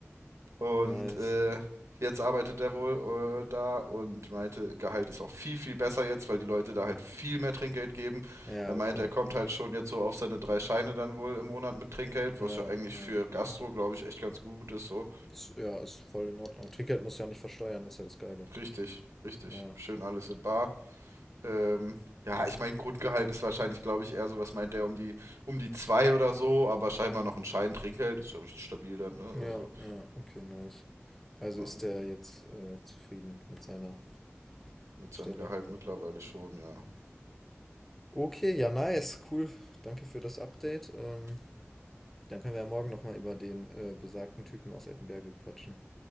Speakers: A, on the right; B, in the centre.
A: Und
B: Nice.
A: äh, jetzt arbeitet er wohl äh, da und meinte, Gehalt ist auch viel, viel besser jetzt, weil die Leute da halt viel mehr Trinkgeld geben.
B: Ja,
A: Er meinte,
B: okay.
A: er kommt halt schon jetzt so auf seine drei Scheine dann wohl im Monat mit Trinkgeld,
B: Ja,
A: was ja eigentlich
B: ja.
A: für Gastro, glaube ich, echt ganz gut ist. So,
B: Ist, ja, ist voll in Ordnung. Trinkgeld muss ja nicht versteuern, das ist ja das Geile.
A: richtig, richtig.
B: Ja,
A: Schön alles in Bar. Ähm, ja, ich meine, Grundgehalt ist wahrscheinlich, glaube ich, eher so, was meint der, um die, um die zwei oder so, aber scheinbar noch ein Schein Trinkgeld, ist ja richtig stabil dann, ne?
B: ja,
A: Also
B: ja, okay, nice. Also
A: ähm,
B: ist der jetzt äh, zufrieden mit seiner
A: mit
B: Stelle.
A: seinem Gehalt mittlerweile schon, ja.
B: Okay, ja, nice, cool. Danke für das Update. Ähm, dann können wir ja morgen nochmal über den äh, besagten Typen aus Ettenberge quatschen.